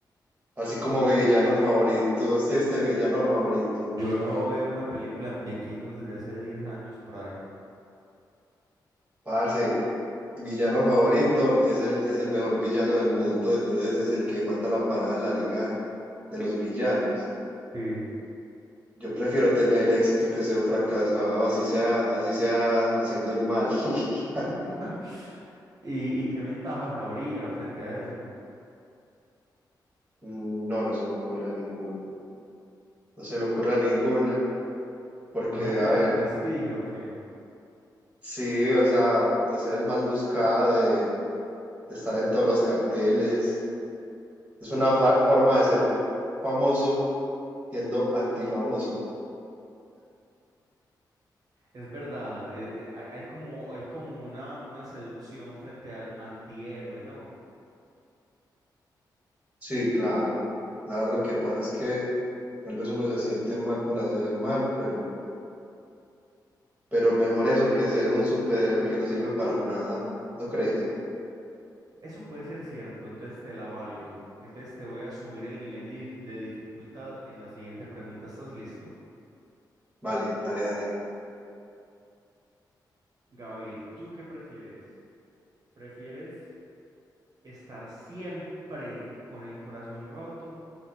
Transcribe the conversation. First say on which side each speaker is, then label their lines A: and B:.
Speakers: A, on the right; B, on the right.
A: así como mi villano favorito. Usted es mi villano favorito.
B: Yo no veo una película de muñequitos desde hace 10 años por ahí.
A: Parce, mi villano favorito es el, es el mejor villano del mundo, entonces es el que manda la parada en la liga de los villanos.
B: Sí.
A: Yo prefiero tener éxito que ser un fracasado, así sea, así sea haciendo el mal. <laughs>
B: <laughs> ¿Y, y qué ventajas habría frente a eso?
A: No, no se me ocurre ninguna. No se me ocurre ninguna, porque,
B: Más allá
A: a ver,
B: del prestigio, que
A: sí, o sea, de ser el más buscado, de, de estar en todos los carteles, es una fa- forma de ser famoso siendo antifamoso.
B: es verdad, eh, eh, hay, hay como, hay como una, una seducción frente al antihéroe, ¿no?
A: Sí, claro, claro, lo que pasa es que tal vez uno se siente mal por hacer el mal, pero, pero mejor eso que ser un superhéroe que no sirve para nada, ¿no crees?
B: Eso puede ser cierto, entonces te la valgo. Entonces te voy a subir el nivel de, dif- de dificultad en la siguiente pregunta. ¿Estás listo?
A: Vale, dale, dale.
B: Gavir, ¿tú qué prefieres? ¿Prefieres estar siempre con el corazón roto